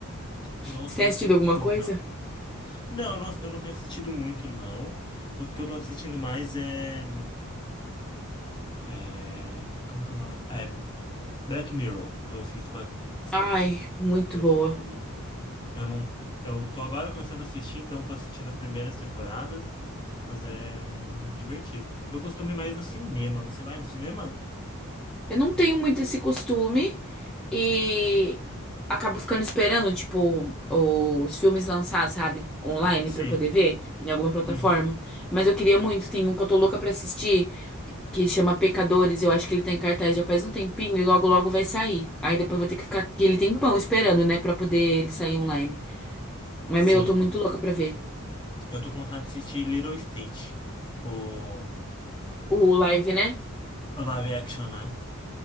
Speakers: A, on the left; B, in the centre.
A: Nossa,
B: Você tem
A: eu
B: assistido
A: não tenho
B: alguma
A: costume,
B: coisa?
A: não. Não, eu não, eu não tenho assistido muito, não. O que eu tô assistindo mais é, é- Como que é o nome? É Black Mirror. Eu assisto bastante.
B: Ai, muito
A: Que eu,
B: boa.
A: tô- eu não... Eu tô agora começando a assistir, então eu tô assistindo as primeiras temporadas, mas é divertido. Eu costumo ir mais no cinema. Você vai no cinema?
B: Eu não tenho muito esse costume e acabo ficando esperando, tipo, os filmes lançar, sabe? Online
A: Sim.
B: pra poder ver em alguma plataforma.
A: Uhum.
B: Mas eu queria muito, tem um que eu tô louca pra assistir. que chama Pecadores. Eu acho que ele tá em cartaz já faz um tempinho e logo logo vai sair. Aí depois vai ter que ficar aquele tempão esperando, né, pra poder ele sair online. Mas,
A: Sim.
B: meu, eu tô muito louca pra ver.
A: Eu tô com vontade de assistir Little Stitch, o,
B: O live, né?
A: o live action, né?